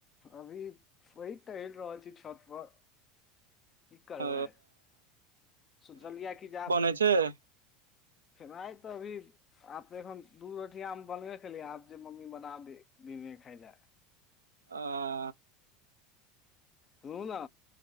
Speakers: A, on the left (about 30°); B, on the right (about 80°).
A: अभी वहि टहलि रहल छी छत पर कि करबै
B: अ
A: सोचलियै या की जे आब
B: अच्छा
A: खेनाइ तऽ अभी आब तऽ एखन दूध रोटि आम बनबे केलियै आब जे मम्मी बना दै दिन में खाय ले
B: आ
A: सुनु न